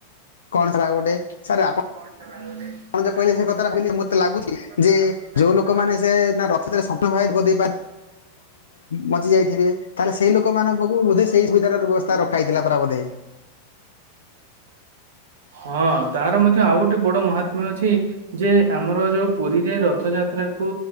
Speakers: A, on the left; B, on the right.
A: କଣ ସେଟା ଗୋଟେ? ସାର୍ ଆପଣ
B: ସାର୍
A: ଯୋଉ
B: ଆପଣ ଯା
A: କଥାଟା
B: କହିଲେ
A: ବୋଲି
B: ସେ
A: ମତେ ଲାଗୁଛି
B: କଥାଟା
A: ଯେ
B: ଭାବିଲେ ସାର୍
A: ଯୋଉ
B: ମତେ
A: ଲୋକମାନେ
B: ଲାଗୁଚି
A: <unintelligible> ମାନେ ବଞ୍ଚିଯାଇଛି। ତାହେଲେ ସେଇ ଲୋକ ମାନଙ୍କୁ ପାଖୁ ବୋଧେ ସେଇ ସୁବିଧା ର ବ୍ୟବସ୍ଥା ରଖାହେଇଥିଲା ପରା ବୋଧେ।
B: ହଁ ତାର ମଧ୍ୟ ଆଉ ଗୋଟେ ବଡ଼ ମହାତ୍ମ୍ୟ ଅଛି। ଯେ ଆମର ଯୋଉ ପୁରୀରେ ରଥଯାତ୍ରା କୁ